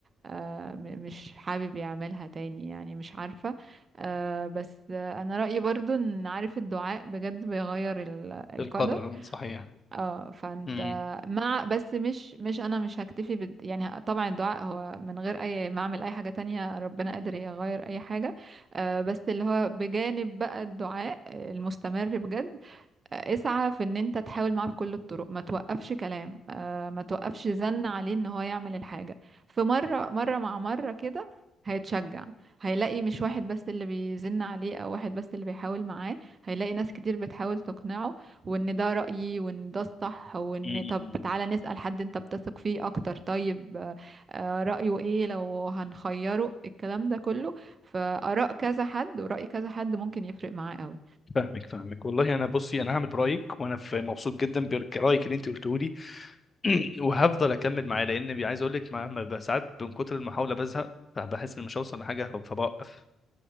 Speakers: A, on the right (about 40°); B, on the left (about 25°).
A: آه، م- مش حابب يعملها تاني يعني مش عارفة آه، بس آه، انا رأيي برضو ان عارف الدعاء بجد بيغير ال- القدر
B: القدر صحيح
A: اه فانت
B: امم
A: مع بس مش مش انا مش هكتفي بد يعني طبعا الدعاء هو من غير اي ما اعمل اي حاجة تانية ربنا قادر يغير اي حاجة آه، بس اللي هو بجانب بقى الدعاء المستمر بجد اسعى في ان انت تحاول معاه بكل الطرق ما توقفش كلام آه، ما توقفش زن عليه ان هو يعمل الحاجة في مرة مرة مع مرة كده هيتشجع هيلاقي مش واحد بس اللي بيزن عليه او واحد بس اللي بيحاول معاه هيلاقي ناس كتير بتحاول تقنعه وان ده رأيي وان ده الصح وان
B: أمم.
A: طب تعالى نسأل حد انت بتثق فيه اكتر طيب آه، آه، رأيه ايه لو هنخيره الكلام ده كله فآراء كذا حد ورأي كذا حد ممكن يفرق معاه قوي
B: فاهمك فاهمك والله انا بصي انا هعمل برايك وانا في مبسوط جدا برايك اللي انت قلته لي <clears throat> وهفضل اكمل معاه لان بي- عايز اقول لك ما ما- بقى ساعات من كتر المحاوله بزهق فبحس اني مش هوصل لحاجه فبوقف